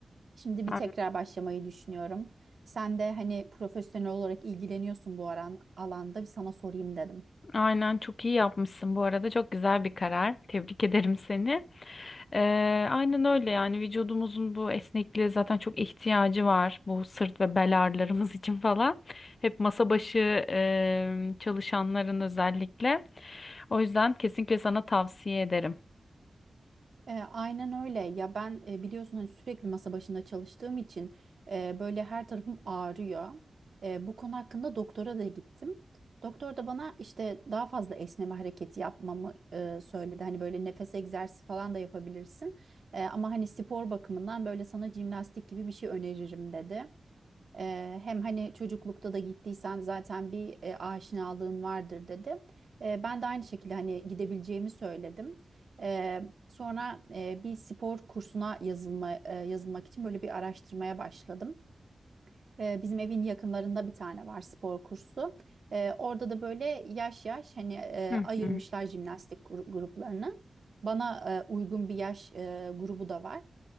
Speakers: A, on the right (about 65°); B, on the left (about 55°).
A: Şimdi
B: Aynen
A: bir tekrar başlamayı düşünüyorum. Sen de hani profesyonel olarak ilgileniyorsun bu aran, alanda bir sana sorayım dedim.
B: Aynen, çok iyi yapmışsın bu arada. Çok güzel bir karar. Tebrik ederim seni. Ee, aynen öyle yani vücudumuzun bu esnekliğe zaten çok ihtiyacı var. Bu sırt ve bel ağrılarımız <laughs> için falan. Hep masa başı e, çalışanların özellikle. O yüzden kesinlikle sana tavsiye ederim.
A: E, aynen öyle. Ya ben e, biliyorsun hani sürekli masa başında çalıştığım için e, böyle her tarafım ağrıyor. E, bu konu hakkında doktora da gittim. Doktor da bana işte daha fazla esneme hareketi yapmamı e, söyledi. Hani böyle nefes egzersizi falan da yapabilirsin. E, ama hani spor bakımından böyle sana jimnastik gibi bir şey öneririm dedi. Eee, hem hani çocuklukta da gittiysen zaten bir e, aşinalığın vardır dedi. Eee, ben de aynı şekilde hani gidebileceğimi söyledim. Eee, sonra e, bir spor kursuna yazılma, e, yazılmak için böyle bir araştırmaya başladım. Eee, bizim evin yakınlarında bir tane var spor kursu. Eee, orada da böyle yaş yaş hani e,
B: Hı
A: ayırmışlar
B: hı.
A: jimnastik gru- gruplarını. Bana e, uygun bir yaş e, grubu da var.